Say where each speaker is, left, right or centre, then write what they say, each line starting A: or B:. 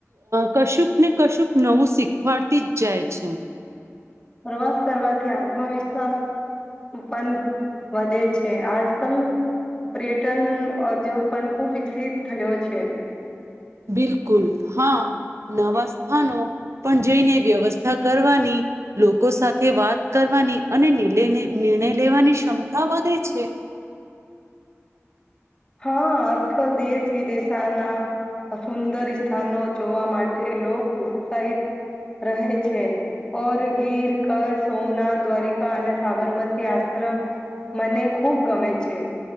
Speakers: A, on the right; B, on the left.
A: કશુંક ને કશુંક નવું શીખવાડતી જ જાય છે.
B: પ્રવાસ કરવાથી આત્મવિશ્વાસ પણ વધે છે આજ કલ પર્યટન ઉદ્યોગ પણ ખૂબ વિકસિત થયો છે.
A: બિલકુલ હા નવા સ્થાનો પણ જઈને વ્યવસ્થા કરવાની લોકો સાથે વાત કરવાની અને નિર્ણયલઇ નિર્ણય લેવાની ક્ષમતા વધે છે.
B: હા આજકાલ દેશ વિદેશાના સુંદર સ્થાનો જોવા માટે લોક ઉત્સાહિત રહે છે ઓર ગીર કરચ્છ સોમનાથ દ્વારિકા અને સાબરમતી આશ્રમ મને ખૂબ ગમે છે.